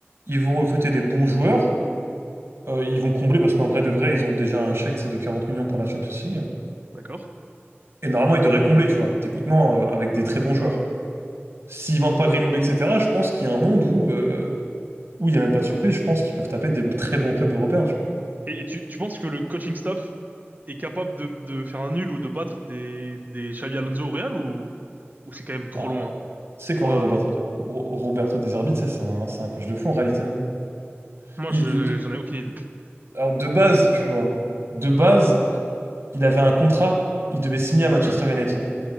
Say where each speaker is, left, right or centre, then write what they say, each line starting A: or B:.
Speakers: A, on the right; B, on the right.
A: Ils vont recruter des bons joueurs. Euh, ils vont combler parce qu'en vrai de vrai, ils ont déjà un chèque, c'est de 40 millions pour la Champions League.
B: D'accord.
A: Et normalement, ils devraient combler, tu vois, techniquement, euh, avec des très bons joueurs. S'ils vendent pas Greenwood, etc., je pense qu'il y a un monde où, euh, où il n'y a même pas de surprise. Je pense qu'ils peuvent taper des très bons clubs européens, tu vois.
B: Et, et tu, tu penses que le coaching staff est capable de, de faire un nul ou de battre des, des Xavi Alonso au Real ou, ou c'est quand même trop
A: Bah,
B: loin?
A: c'est
B: Trois
A: qu'en vrai, Roberto,
B: lois pour toi.
A: Ro- Ro- Roberto De Zerbi, tu sais, c'est un, c'est un coach de fou en réalité. hein.
B: Moi,
A: Il-
B: je,
A: il- de,
B: j'en ai aucune idée.
A: alors, de base, tu vois, de base, il avait un contrat, il devait signer à Manchester
B: <clears throat>
A: United.